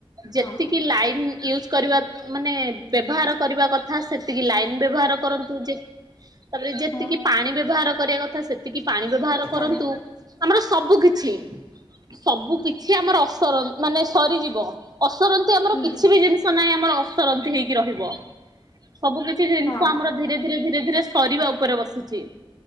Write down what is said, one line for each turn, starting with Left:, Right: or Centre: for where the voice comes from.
Right: ଯେତିକି
Left: ହଁ
Right: ଲାଇନ୍ ୟୁଜ୍ କରିବା ମାନେ ବ୍ୟବହାର କରିବା କଥା, ସେତିକି ଲାଇନ୍ ବ୍ୟବହାର କରନ୍ତୁ। ଯେ ତା ପରେ ଯେତିକି
Left: ହଁ
Right: ପାଣି ବ୍ୟବହାର କରିବା କଥା, ସେତିକି ପାଣି ବ୍ୟବହାର କରନ୍ତୁ।
Left: ପାଣି
Right: ଆମର ସବୁ କିଛି, ସବୁ କିଛି ଆମର ଅସର ମାନେ ସରିଯିବ। ଅସରନ୍ତି ଆମର
Left: ହୁଁ
Right: କିଛି ବି ଜିନିଷ ନାହିଁ ଆମର ଅସରନ୍ତି ହେଇକି ରହିବ। ସବୁ କିଛି ଜିନିଷ
Left: ହଁ
Right: ଆମର ଧିରେ ଧିରେ ଧିରେ ଧୀରେ ସରିବା ଉପରେ ବସିଛି।